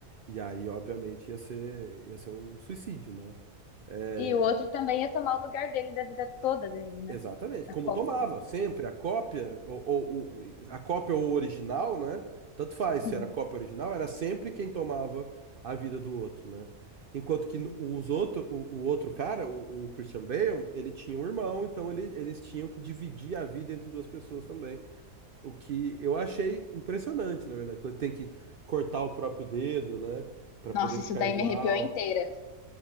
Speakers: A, on the right; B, on the left.
A: E aí, obviamente, ia ser, ia ser um suicídio, né? É,
B: E o outro também ia tomar o lugar dele da vida toda dele, né?
A: Exatamente,
B: A
A: como
B: Copa.
A: tomava sempre a cópia ou, ou- ou- a cópia ou o original, né? Tanto faz se
B: Uhum,
A: era cópia ou original, era sempre quem tomava a vida do outro, né? Enquanto que
B: é.
A: os outro, o, o outro cara, o, o Christian Bale, ele tinha um irmão, então ele- eles tinham que dividir a vida entre duas pessoas também. O que eu achei impressionante, na verdade, quando tem que cortar o próprio dedo, né? Pra
B: Nossa,
A: poder ficar
B: isso daí
A: igual.
B: me arrepiou inteira.